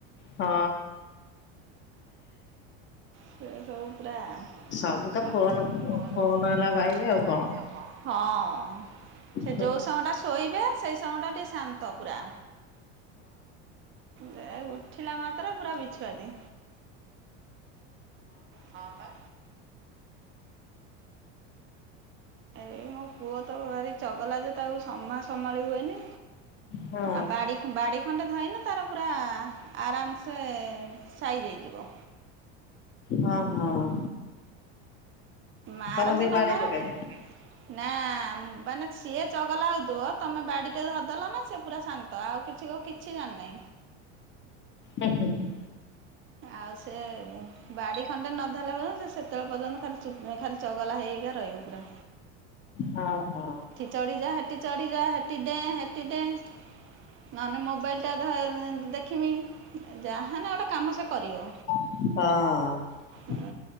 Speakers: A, on the left; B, on the right.
A: ହଁ।
B: ସେ ସବୁ ପୁରା।
A: ସବୁ ତ
B: ସବୁତ
A: ଫୋନ
B: ଏବେ ଫୋନ
A: ହେଲା
B: ଫୋନ
A: ଭାଇ
B: ହେଲା
A: ଆଉ
B: ବାଇ
A: କଣ।
B: ଆଉ କଣ? ସେ
A: ହଁ।
B: ଯୋଉ ସମୟ ଟା ଶୋଇବେ ସେଇ ସମୟ ଟା ଟିକେ ଶାନ୍ତ ପୁରା। ଦେ ଉଠିଲା ମାତ୍ରେ ପୁରା ବିଛୁଆତି। ହ ବା। ଏଇ ମୋ ପୁଅ ତ ଭାରି ଚଗଲା ଯେ ତାକୁ ସମା ସମ୍ଭାଳି ହୁଏନି।
A: ହଁ
B: ଆ ବାଡିକ୍ ବାଡିକ୍ ଖଣ୍ଡେ ଧଇଲେ ତାର ପୁରା ଆରାମ ସେ ସାଇଜ ହେଇ ଯିବ।
A: ହଁ ହଁ।
B: ମାର
A: ସମସ୍ତଙ୍କୁ
B: କି ନ
A: ବାଡେଇ
B: ମାର
A: ପକାଏ।
B: କି ନା ମାନେ ସିଏ ଚଗଲା ହଉଥିବ ତମେ ବାଡି ଟେ ଧରିଦଲ ନା ସେ ପୁରା ଶାନ୍ତ ଆଉ କିଛି କିଛି ଜାଣିନି।
A: ହୁଁ ହୁଁ।
B: ଆଉ ସେ ବାଡି ଖଣ୍ଡେ ନ ଧରିଲା ବେଳକୁ ସେ ସେତେବେଳେ ପର୍ଯ୍ୟନ୍ତ ଖାଲି ଚୁ ଖାଲି ଚଗଲା ହେଇ ହେଇକା ରହିବ ପୁରା।
A: ହଁ ହଁ।
B: ଚଢ଼ି ଯା ହେଟି ଚଢିଯା ହେଟୀ ଡେଏଁ ହେଟିି ଡେଏଁ ନହେଲେ ମୋବାଇଲ ଟା ଧ ଦେଖିମି। ଯାହାନେ ଗୋଟେ କାମ ସେ କରିବ।
A: ହଁ।
B: ଉୁଁ